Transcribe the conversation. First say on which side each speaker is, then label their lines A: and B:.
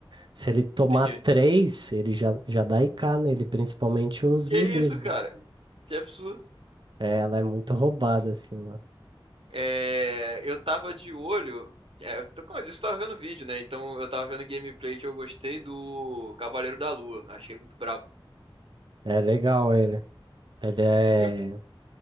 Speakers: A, on the right; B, on the right.
A: Se ele tomar
B: entendi.
A: três, ele já, já dá IK nele, principalmente os
B: Que
A: milis,
B: isso, cara?
A: né?
B: Que absurdo.
A: É, ela é muito roubada, assim, mano.
B: É, eu tava de olho. É, eu tô- como eu disse, eu tava vendo vídeo, né? Então eu tava vendo gameplay que eu gostei do Cavaleiro da Lua. Achei muito brabo.
A: É legal ele. Ele é
B: E o